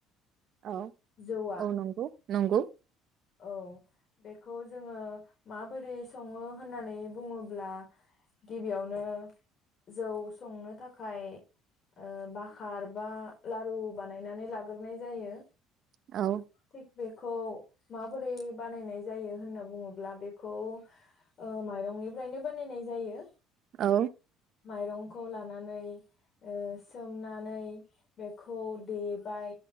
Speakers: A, on the right; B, on the left.
A: औ
B: जौआ
A: औ नंगौ नंगौ
B: औ बेखौ जोंङो माबोरै सङो होननानै बुङोब्ला गिबियावनो जौ संनो थाखाय ओ बाखार बा लारु बानायनानै लाग्रोनाय जायो।
A: औ
B: थिग बेखौ माबोरै बानायनाय जायो होनना बुङोब्ला बेखौ ओ माइरंनिफ्रायनो बानायनाय जायो।
A: औ
B: माइरंखौ लान नानै ओ सोमनानै बेखौ देबाय